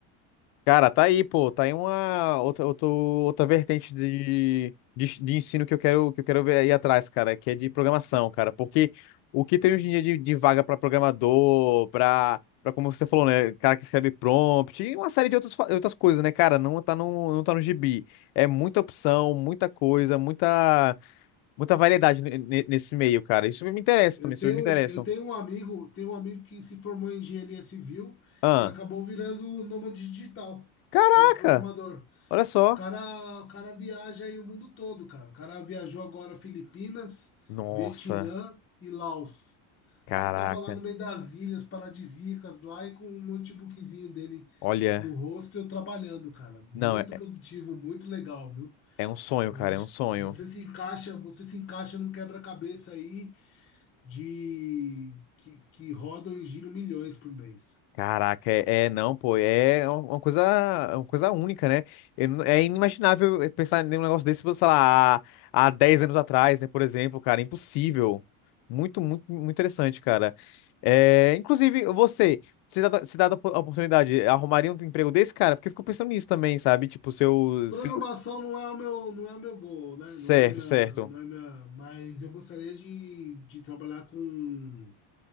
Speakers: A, on the left; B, on the left.
A: Cara, tá aí, pô, tá aí uma outra, outra, outra vertente de, de, de ensino que eu quero, que eu quero ver aí atrás, cara, que é de programação, cara, porque o que tem hoje em dia de, de vaga pra programador, pra para como você falou, né, cara que escreve prompt, e uma série de outras, fa- outras coisas, né, cara, não tá no, não tá no gibi. É muita opção, muita coisa, muita, muita variedade ne- ne- nesse meio, cara. Isso me interessa
B: Eu
A: também, isso
B: tenho,
A: me interessa.
B: eu tenho um amigo, tenho um amigo que se formou em engenharia civil
A: Ah,
B: e acabou virando nômade digital,
A: caraca,
B: sendo programador.
A: olha só.
B: O cara, o cara viaja aí o mundo todo, cara. O cara viajou agora Filipinas,
A: Nossa.
B: Vietnã e Laos.
A: Caraca.
B: O cara tava lá no meio das ilhas paradisíacas lá e com um notebookzinho dele
A: Olha,
B: no rosto, trabalhando, cara. Muito
A: não, é, é
B: produtivo, muito legal, viu?
A: é um sonho,
B: Eu
A: cara,
B: acho
A: é um sonho.
B: que você se encaixa, você se encaixa num quebra-cabeça aí de que, que rodam e giram milhões por mês.
A: Caraca, é, é, não, pô, é uma uma coisa, é uma coisa única, né? Eu não- é inimaginável é, pensar em um negócio desse, sei lá, há, há 10 anos atrás, né, por exemplo, cara, impossível. Muito, muito, muito interessante, cara. É, inclusive, você, se dá, se dá a opo- a oportunidade, arrumaria um emprego desse, cara? Porque eu fico pensando nisso também, sabe? Tipo, seu,
B: Programação
A: seu...
B: não é o meu, não é o meu goal, né?
A: Certo,
B: Não é minha,
A: certo.
B: não é minha, mas eu gostaria de, de trabalhar com,